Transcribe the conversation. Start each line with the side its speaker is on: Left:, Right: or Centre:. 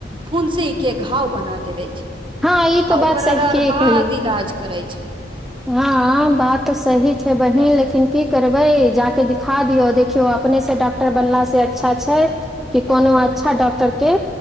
Right: फूंसी के घाव बना देबे छै
Centre: हँ ई तो
Right: आ ओकर
Centre: बात सहिए
Right: आर बाद
Centre: कहली
Right: इलाज करै छै
Centre: हँ बात तऽ सही छै बहिन
Right: तऽ
Centre: लेकिन कि करबे जाक दिखा दियौ देखियौ अपने से डॉक्टर बनला से अच्छा छै कि कोनो अच्छा डॉक्टर के